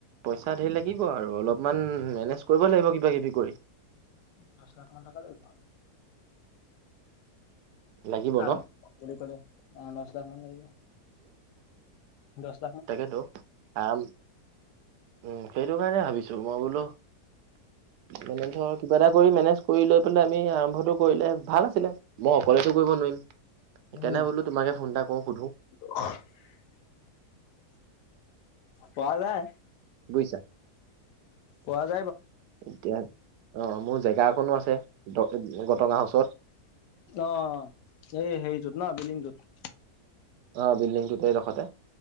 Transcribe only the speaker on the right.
পইচা ধেৰ লাগিব আৰু অলপমান মেনেজ কৰিব লাগিব কিবা কিবি কৰি।
লাগিব
ন
তাকেটো আৰাম উম সেইটো কাৰণে ভাবিছো মই বোলো মানে ধৰ কিবা এটা কৰি মেনেজ কৰি লৈ পেলাই আমি আৰম্ভটো কৰিলে ভাল আছিলে। মই অকলেটো কৰিব নোৱাৰিম। সেইকাৰণে
বোলো তোমাকে ফোন এটা কৰো সুধো।
বুইছা।
এতিয়া অ মোৰ জেগা অকণো আছে গট গাঁৱৰ ওচৰত।
অ বিল্ডিংটোতেই এই দখতে।